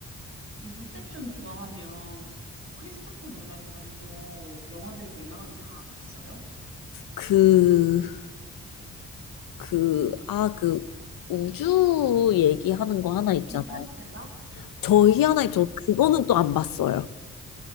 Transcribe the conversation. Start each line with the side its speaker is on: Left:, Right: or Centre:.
Right: 인셉션 좋아하면 뭐 크리스토퍼 놀란 감독 영화들 웬만하면 다 봤어요?
Left: 그, 그, 아, 그 우주 얘기하는 거 하나 있잖아요.
Right: 인터스텔라?
Left: 저희 하나저
Right: 인터스텔라.
Left: 그거는 또 안 봤어요.